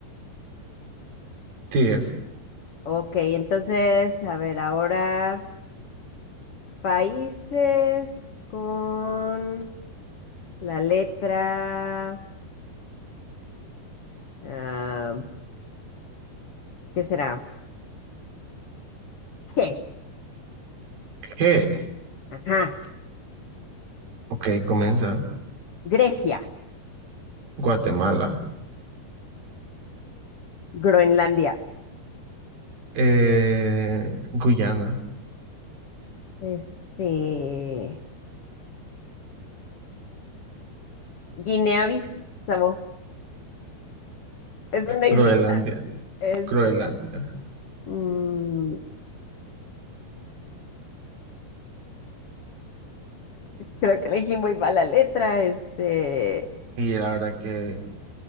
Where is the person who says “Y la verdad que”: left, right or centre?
Right